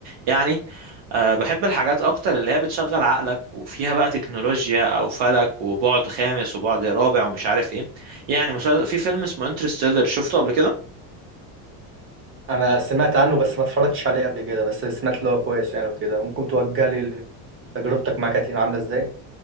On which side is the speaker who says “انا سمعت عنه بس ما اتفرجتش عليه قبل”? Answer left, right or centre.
Right